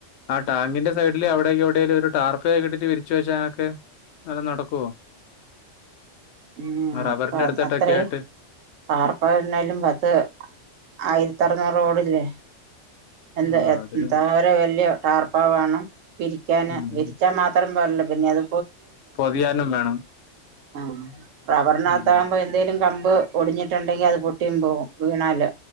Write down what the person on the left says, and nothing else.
ആഹ് ടാങ്ങിന്റെ സൈഡില് അവിടേക്ക് എവിടെല്ലും ഒരു ടാർപ്പേക്ക ഇട്ടിട്ട് വിരിച്ച് വെച്ചാനൊക്കെ നല്ല നടക്കുവോ
റബ്ബറിന്റെ
അടുത്തിട്ടൊക്കെ
ആയിട്ട്
ആ
അതിലും
ഉം
ഉം
പൊതിയാനും വേണം
ഉം